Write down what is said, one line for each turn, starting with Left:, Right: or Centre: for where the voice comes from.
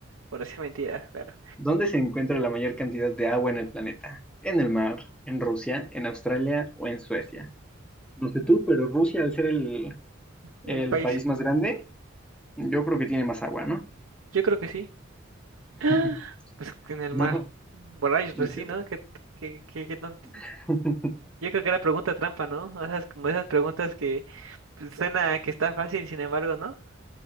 Right: por decir mentiras, claro.
Centre: ¿Dónde se encuentra la mayor cantidad de agua en el planeta? ¿En el mar? ¿En Rusia? ¿En Australia o en Suecia? No sé tú, pero Rusia, al ser el, el
Right: El país,
Centre: país más grande, yo creo que tiene más agua, ¿no?
Right: yo creo que sí.
Centre: <laughs>
Right: ¡Ah! Pues que en el
Centre: No,
Right: mar. por Borrachos, pues
Centre: inter-
Right: sí, ¿no? Qué, qué, qué, qué tonto.
Centre: <laughs>
Right: Yo creo que era pregunta trampa, ¿no? O sea, es como esas preguntas que pues, suena que está fácil, sin embargo, ¿no?